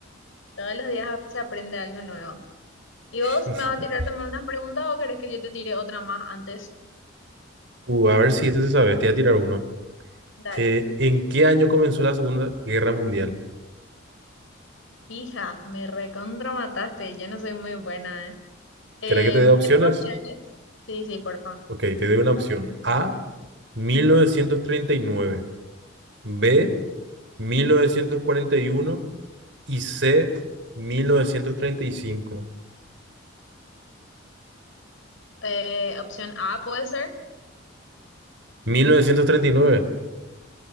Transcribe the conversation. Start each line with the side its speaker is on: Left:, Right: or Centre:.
Left: Todos los días ap- se aprende algo nuevo. ¿Y
Right: <laughs>
Left: vos me vas a tirar también unas preguntas o querés que yo te tire otra más antes?
Right: Uh, a ver si este se sabe. Te voy a tirar uno.
Left: Dale.
Right: Eh, ¿en qué año comenzó la Segunda Guerra Mundial?
Left: Hija, me recontra Yo no soy muy buena, ¿eh? Em,
Right: ¿Querés que te dé opciones?
Left: ¿tenés opciones? Sí, sí, porfa.
Right: Ok, te doy una opción. A, 1939. B, mil novecientos cuarenta Y uno. Y C, mil Mil novecientos novecientos treinta treinta y cinco.
Left: Eh, opción A puede ser.
Right: ¿mil novecientos treinta y nueve.